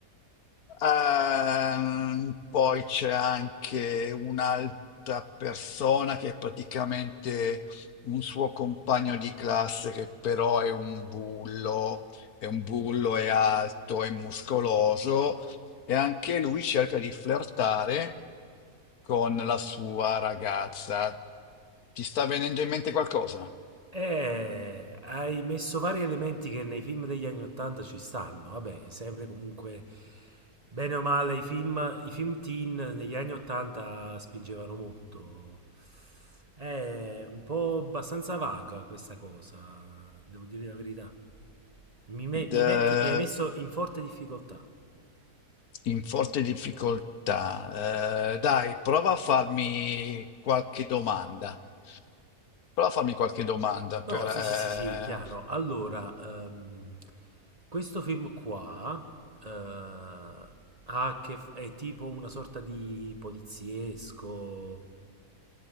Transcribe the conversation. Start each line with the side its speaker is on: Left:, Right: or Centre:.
Left: Ehm, poi c'è anche un'altra persona che è praticamente un suo compagno di classe che però è un bullo. È un bullo, è alto, è muscoloso e anche lui cerca di flirtare con la sua ragazza. Ti sta venendo in mente qualcosa?
Right: Eh, hai messo vari elementi che nei film degli anni 80 ci stanno. Vabbè, sempre comunque, bene o male, i film, i film teen negli anni 80 spingevano molto. È un po' abbastanza vaga questa cosa, devo dire la verità. Mi, me- mi
Left: D-
Right: metti- mi hai messo in forte difficoltà.
Left: in forte difficoltà. Eh, dai, prova a farmi qualche domanda. Prova a farmi qualche domanda
Right: No,
Left: per...
Right: sì,
Left: eh,
Right: sì, sì, sì, chiaro. Allora, ehm, questo film qua eh, ha a che f- è tipo una sorta di poliziesco